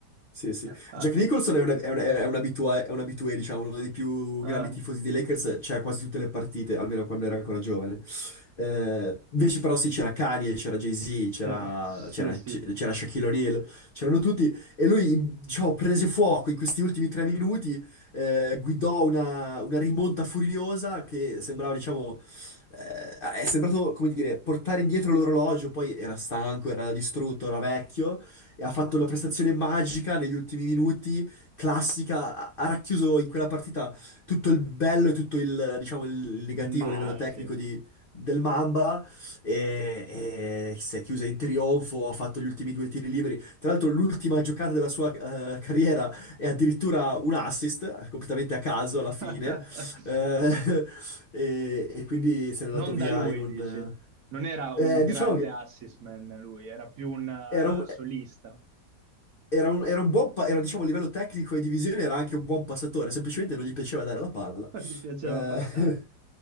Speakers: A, on the left; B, on the right.
A: Sì, sì.
B: <laughs>
A: Jack Nicholson è un, è un- è un abitué, è un abitué, diciamo, uno dei più
B: Ah,
A: grandi tifosi dei Lakers, c'era quasi tutte le partite, almeno quando era ancora giovane. Eh, invece però sì, c'era Kanye, c'era Jay-Z, c'era
B: cioè, sì,
A: c'era-
B: sì, sì.
A: c'era Shaquille O'Neal, c'erano tutti, e lui, diciamo, prese fuoco in questi ultimi tre minuti, eh, guidò una, una rimonta furiosa che sembrava, diciamo, eh, è sembrato, come dire, portare indietro l'orologio, poi era stanco, era distrutto, era vecchio, e ha fatto una prestazione magica negli ultimi minuti, classica, ha ha racchiuso in quella partita tutto il bello e tutto il, diciamo, il negativo
B: Ma
A: a livello tecnico
B: sì.
A: di- del Mamba e, e si è chiusa in trionfo, ha fatto gli ultimi due tiri liberi. Tra l'altro l'ultima giocata della sua eh, carriera è addirittura un assist, completamente a caso
B: <laughs>
A: alla fine, Eh, <laughs> e, e quindi se n'è
B: Non
A: andato via
B: da lui,
A: in un...
B: dici. Non era
A: eh,
B: un grande
A: diciamo che
B: assist man lui, era più un eh,
A: era un...
B: solista.
A: Era un, era un buon, pa- era, diciamo, a livello tecnico e di visione era anche un buon passatore, semplicemente non gli piaceva dare la
B: <laughs>
A: palla,
B: Non gli piaceva
A: Eh,
B: passare.